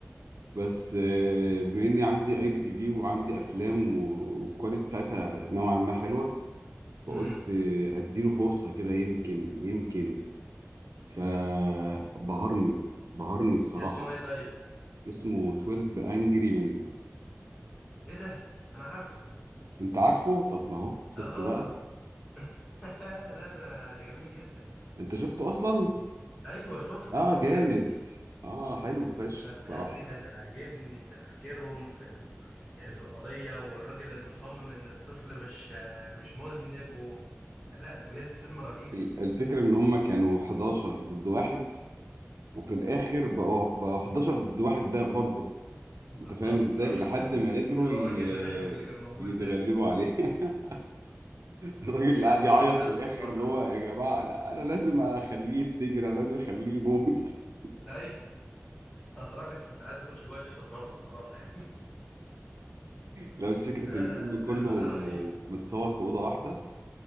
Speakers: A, on the right; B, on the left.
A: بس آه، بما اني عندي اي بي تي في وعندي افلام و- والكواليتي بتاعتها نوعا ما حلوه فقلت
B: <laughs> امم
A: آه، اديله فرصه كده يمكن يمكن فبهرني بهرني الصراحه
B: اسمه ايه طيب
A: اسمه 12 انجري من
B: ايه ده انا عارفه
A: انت عارفه طب ما هو شفت
B: اه
A: بقى
B: <laughs> لا ده ده جميل جدا
A: انت شفته اصلا
B: ايوه شفته
A: اه جامد
B: ده جميل
A: اه حلو فشخ
B: انا بجد
A: الصراحه
B: كان عاجبني تفكيرهم في ال... يعني في القضيه والراجل المصمم ان الطفل مش مش مذنب و... لا بجد فيلم رهيب
A: ال- الفكرة إن هما كانوا 11 ضد واحد وفي الآخر بقوا بقوا 11 ضد واحد ده برضه
B: بالظبط
A: انت فاهم ازاي
B: صح
A: لحد
B: <laughs>
A: ما قدروا
B: اللي
A: ي...
B: هو الراجل الرخم اللي كان موجود
A: يتغلبوا
B: ده
A: عليه <laughs> الراجل اللي
B: ده
A: قاعد
B: كان
A: يعيط
B: مستفز
A: في الاخر
B: الصراحه
A: اللي هو يا جماعه لا انا لازم اخليه يتسجن انا لازم اخليه يموت <laughs>
B: أيوه. أنا الصراحة كنت كنت عايز أخش جوه الشاشة أضربه الصراحة يعني
A: لا
B: <laughs>
A: بس فكره
B: لا
A: ان
B: أنا
A: الفيلم
B: الفيلم
A: كله
B: ده رهيب
A: متصور في اوضه واحده